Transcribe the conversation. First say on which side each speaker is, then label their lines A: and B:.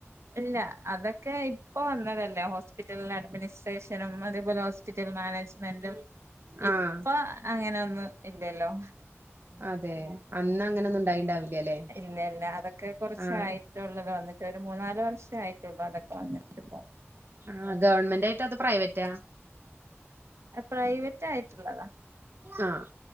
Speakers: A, on the right; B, on the right.
A: ഇല്ല അതൊക്കെ ഇപ്പൊ വന്നതല്ലേ ഹോ സ്പിറ്റൽ അഡ്മിനിസ്ട്രേഷനും അതേപോലെ ഹോസ്പിറ്റൽ മാനേജ്മെന്റും
B: ആഹ്
A: ഇപ്പ അങ്ങനൊന്നും ഇല്ലല്ലോ
B: അതെ അന്ന് അങ്ങനൊന്നും ഉണ്ടായിണ്ടാവില്ലല്ലേ
A: ഇല്ലല്ല അതൊക്കെ കൊറച്ചായിട്ടുള്ളല്ലോ
B: ആഹ്
A: വന്നി ട്ട് ഒരു മൂന്നാല് വർഷ ആയിട്ടുള്ളൂ അതൊക്കെ വന്നിട്ട്പ്പം
B: ആഹ് ഗവൺമെന്റ് ആയിട്ട അത് പ്രൈവറ്റാ
A: പ്രൈവറ്റ് ആയിട്ട്ള്ളതാ
B: ആഹ്